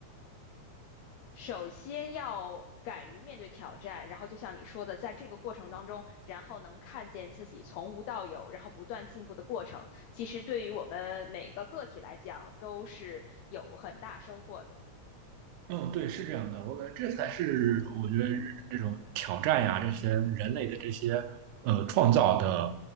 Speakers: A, on the left; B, on the right.
A: 首先要敢于面对挑战，然后就像你说的，在这个过程当中，然后能看见自己从无到有，然后不断进步的过程，其实对于我们每个个体来讲都是有很大收获的。
B: 嗯，对，是这样的，我感觉这才是我觉得这种挑战呀，这些人类的这些呃创造的